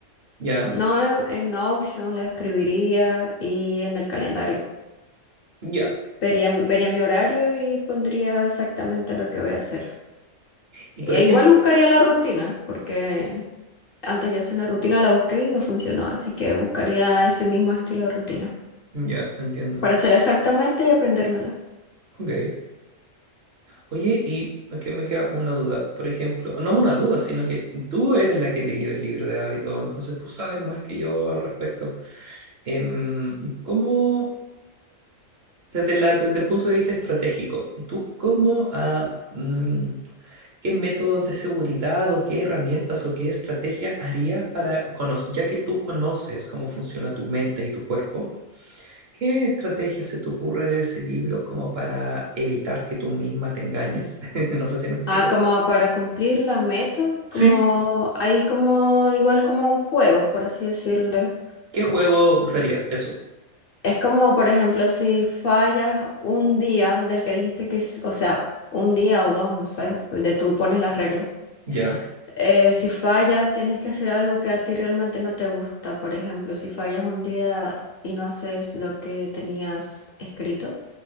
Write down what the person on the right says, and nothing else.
Ya.
Ya.
Y
por ejemplo,
ya, entiendo.
Ok. Oye, y es que me queda una duda, por ejemplo, no una duda, sino que tú eres la que leyó el libro de hábito, entonces tú sabes más que yo al respecto. Em, ¿cómo, desde la, desde el punto de vista estratégico, tú cómo, ah, mm, qué métodos de seguridad o qué herramientas o qué estrategia haría para, cono- ya que tú conoces cómo funciona tu mente y tu cuerpo, ¿qué estrategia se te ocurre de ese libro como para evitar que tú misma te engañes? <laughs> No sé si me explico.
Sí,
¿qué juego usarías? Eso.
Ya,